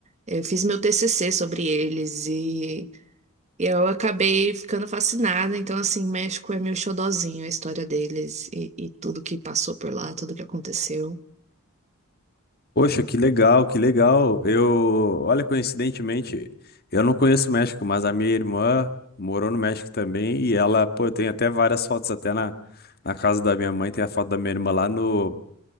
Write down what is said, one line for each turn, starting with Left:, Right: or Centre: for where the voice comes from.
Right: Eu fiz meu TCC sobre eles e eu acabei ficando fascinada. Então, assim, México é meu xodozinho, a história deles e, e tudo que passou por lá, tudo que aconteceu.
Left: Poxa, que legal, que legal. Eu, olha, coincidentemente, eu não conheço o México, mas a minha irmã morou no México também e ela, pô, tem até várias fotos até na, na casa da minha mãe, tem a foto da minha irmã lá no.